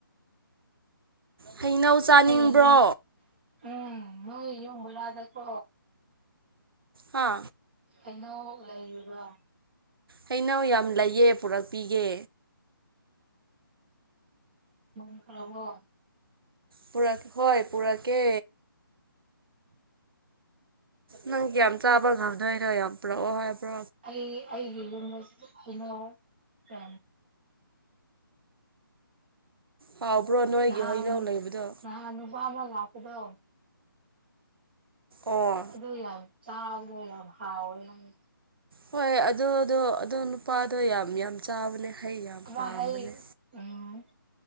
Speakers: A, on the right; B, on the right.
A: ꯍꯩꯅꯧ ꯆꯥꯅꯤꯡꯕ꯭ꯔꯣ
B: ꯅꯣꯏ ꯌꯨꯝ ꯎꯝ ꯅꯣꯏ ꯌꯨꯝꯕꯂꯗ ꯀꯣ
A: ꯍꯥ
B: ꯑꯩꯅꯣꯕ
A: ꯍꯩꯅꯧ ꯌꯥꯝ ꯂꯩꯌꯦ ꯄꯨꯔꯛꯄꯤꯒꯦ
B: ꯃ ꯍꯣ
A: ꯄꯨꯔꯥ ꯍꯣꯏ ꯄꯨꯔꯀꯦ ꯅꯪ ꯌꯥꯝ ꯆꯥꯕ ꯉꯝꯗꯣꯏꯔꯣ ꯌꯥꯝ ꯄ꯭ꯔꯛꯑꯣ ꯍꯥꯏꯕ꯭ꯔꯣ
B: ꯑꯩ ꯑꯩꯨ ꯃ ꯍꯅꯍ ꯔ
A: ꯍꯥꯎꯕ꯭ꯔꯣ ꯅꯣꯏꯒꯤ
B: ꯅꯍꯥꯟ
A: ꯍꯩꯅꯧ ꯂꯩꯕꯗꯣ
B: ꯅꯍꯥꯟ ꯅꯨꯕꯥ ꯑꯃ ꯂꯄꯗ
A: ꯑꯣ
B: ꯑꯗꯨꯗ ꯌꯥꯝ ꯆꯥꯎꯕꯗ ꯌꯥꯝ ꯍꯥꯎ ꯑꯣꯏ
A: ꯍꯣꯏ ꯑꯗꯨꯗꯣ ꯑꯣ ꯅꯨꯄꯥꯗꯣ ꯌꯥꯝ ꯌꯥꯝ ꯆꯥꯕꯅꯦ ꯍꯩ ꯌꯥꯝ
B: ꯑꯃ
A: ꯄꯥꯝꯕꯅꯦ
B: ꯍꯩ ꯎꯝ